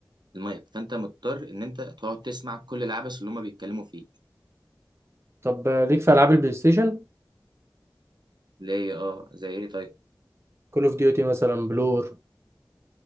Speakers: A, on the right (about 80°); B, on the right (about 35°).
A: المايك فانت مضطر ان انت تقعد تسمع كل العبث اللي هم بيتكلموا فيه
B: طب آه، ليك في العاب البلاي ستيشن
A: ليه اه زي ايه طيب
B: كول اوف ديوتي مثلا بلور